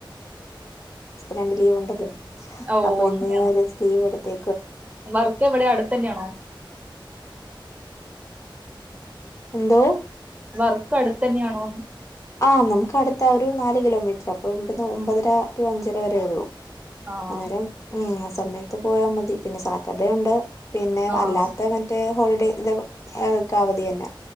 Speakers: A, on the left; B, on the right.
A: രണ്ട് ലീവ് ഉണ്ടല്ലോ
B: ഓ
A: അപ്പൊ
B: അങ്ങനെയാണോ
A: ഇന്ന് ഞാൻഒരു ദിവസം ലീവ് എടുത്തേ
B: വർക്ക് എവിടാ അടുത്ത് തന്നെയാണോ
A: എന്തോ
B: വർക്ക് അടുത്ത് തന്നെയാണോന്ന്
A: ആ നമുക്ക് അടുത്ത ഒരു നാല് കിലോമീറ്റർ അപ്പൊ ഇവിടുന്ന് ഒമ്പതര ടു അഞ്ചര വരേ ഉള്ളൂ
B: ആഹ്
A: അന്നേരം ഉം ആ സമയത്ത് പോയാ മതി പിന്നെ സാറ്റർഡേ ഉണ്ട് പിന്നെ
B: ആഹ്
A: അല്ലാത്ത മറ്റേ ഹോളിഡേ ഇതോക്കെ അവധി തന്നെ